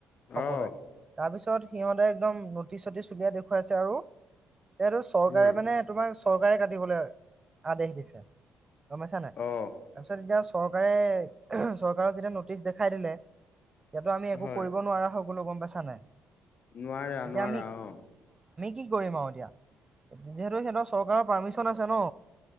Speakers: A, on the right; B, on the left.
A: সকলোৱে
B: অ
A: তাৰপিছত সিহঁতে একদম নটিচ-চতিচ উলিয়াই দেখুৱাইছে আৰু সি চৰকাৰে
B: উম
A: মানে তোমাৰ চৰকাৰে কাটিবলৈ আদেশ দিছে। গম পাইছা নে, নাই,
B: অ
A: তাৰপিছত এতিয়া চৰকাৰে চৰকাৰৰ যেতিয়া নটিচ দেখাই দিলে, তেতিয়াতো আমি একো
B: হয়
A: কৰিব নোৱাৰা হক। কনো গম পাইছা নাই।
B: নোৱাৰা,
A: এতিয়া
B: নোৱাৰা
A: আমি
B: অ'।
A: কি কৰিম আৰু এতিয়া যিহেতু সিহতৰ চৰকাৰৰ পাৰ্মিচন আছে ন।